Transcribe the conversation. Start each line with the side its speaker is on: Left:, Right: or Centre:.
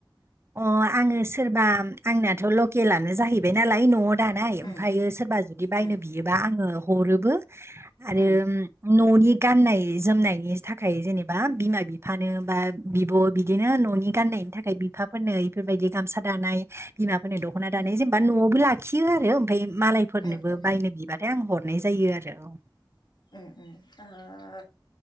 Right: अ आङो सोरबा आंनियाथ' लकेलानो जाहैबाय नालाय न' दानाय
Left: उम
Right: ओमफ्रायो सोरबा जुदि बायनो
Left: उम
Right: बियोबा आङो हरोबो आरो
Left: उम
Right: न'नि गाननाय जोमनायनि थाखाय जेनेबा बिमा बिफानो बा बिब' बिदिनो न'नि गाननायनि थाखाय बि बिफाफोरनो इफोरबायदि गामसा दानाय बिमाफोरनो दख'ना
Left: उम
Right: दानाय जेनेबा न'आवबो लाखियो आरो ओमफ्राय मा मालायफोरनोबो
Left: उम उम
Right: बायनो बिबाथाय आं हरनाय जायो आरो औ
Left: उ उ ओ